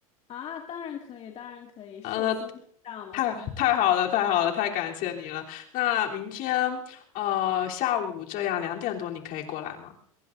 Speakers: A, on the left (about 35°); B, on the left (about 55°).
A: 啊。当然可以，当然可以，
B: 嗯，
A: 寿星大吗？
B: 那太太好了，太好了，太感谢你了。那明天呃下午这样两点多你可以过来吗？